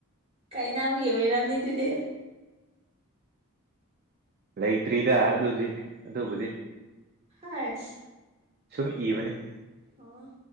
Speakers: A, on the right (about 30°); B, on the right (about 45°).
A: ꯀꯥꯏꯅꯥꯕꯒꯤ ꯑꯣꯏꯔꯝꯅꯤ ꯑꯗꯨꯗꯤ
B: ꯂꯩꯇ꯭ꯔꯤꯗ ꯑꯗꯨꯗꯤ ꯑꯗꯨꯕꯨꯗꯤ
A: ꯑꯥꯏꯁ
B: ꯁꯨꯝ ꯏꯕꯅꯤ
A: ꯑꯣ